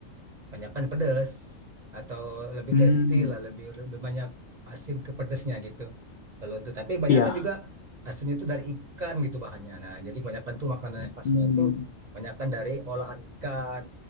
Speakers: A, on the right (about 40°); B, on the left (about 70°).
A: banyakkan pedas atau lebih
B: Hmm,
A: tasty lah, lebih lebih banyak asin ke pedasnya gitu. Kalau untuk tapi kebanyakan
B: iya.
A: juga asinnya itu dari ikan gitu bahannya. Nah, jadi kebanyakan tuh makanan yang khasnya
B: Hmm.
A: itu kebanyakan dari olahan ikan,